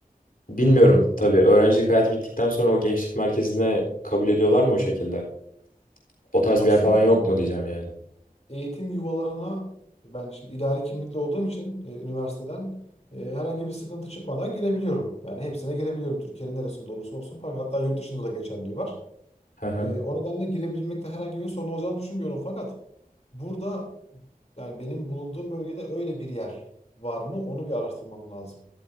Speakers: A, on the left (about 70°); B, on the left (about 45°).
A: Bilmiyorum tabii öğrencilik hayatı bittikten sonra o gençlik merkezine kabul ediyorlar mı o şekilde? O tarz
B: Aslında
A: bir yer falan yok
B: ben
A: mu diyeceğim yani.
B: eğitim yuvalarına ben şimdi idari kimlikli olduğum için e, üniversiteden e, herhangi bir sıkıntı çıkmadan girebiliyorum. Yani hepsine girebiliyorum. Türkiye'nin neresinde olursa olsun. Fakat hatta yurt dışında da geçerliği var.
A: Hı hı.
B: E, o nedenle girebilmekte herhangi bir sorun olacağını düşünmüyorum. Fakat burada yani benim bulunduğum bölgede öyle bir yer var mı? Onu bir araştırmam lazım.